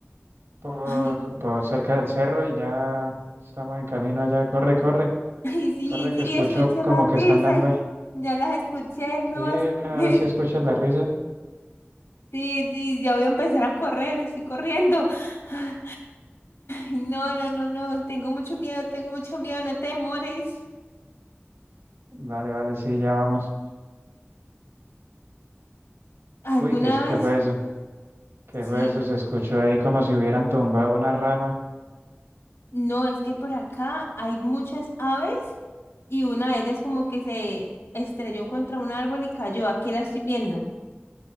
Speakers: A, on the right; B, on the left.
A: por,
B: Ay,
A: por cerca del cerro y ya estamos en camino allá. Corre, corre,
B: ay, sí,
A: corre, que
B: sí,
A: escucho
B: escuché
A: como
B: la risa.
A: que están dando ahí.
B: Ya las escuché, no.
A: Sí,
B: es- <laughs>
A: ahora sí escuchas la risa.
B: Sí, sí, ya voy a empezar a correr, estoy corriendo. Ay, no, no, no, no, tengo mucho miedo, tengo mucho miedo, no te demores.
A: Vale, vale, sí, ya vamos.
B: ¿Alguna
A: Uy, ¿qué, es-
B: vez?
A: qué fue eso? ¿Qué
B: Sí,
A: fue eso? Se escuchó ahí como si hubieran tumbado una rama.
B: No, es que por acá hay muchas aves y una de ellas como que se estrelló contra un árbol y cayó. Aquí la estoy viendo.